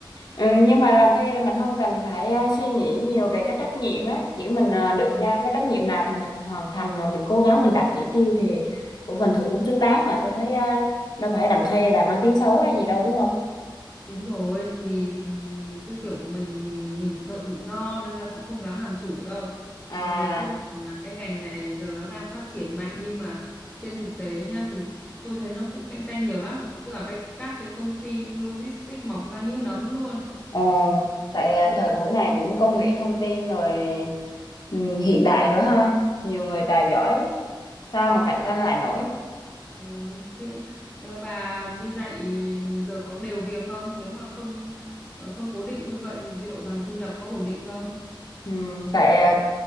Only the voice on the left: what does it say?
ừ, nhưng mà làm thuê là mình không cần phải à, suy nghĩ nhiều về cái trách nhiệm á, chỉ mình à,
được
giao cái trách nhiệm nào thì mình hoàn thành và mình cố gắng mình đạt chỉ tiêu thì cũng phần thưởng cũng xứng đáng mà tôi thấy à, đâu phải làm thuê là mang tiếng xấu hay gì đâu đúng không?
À,
ồ, tại à,
thời buổi này cũng công nghệ thông tin rồi ừ, hiện đại rồi ha nhiều người tài giỏi sao mà cạnh tranh lại nổi
ừ, tại à,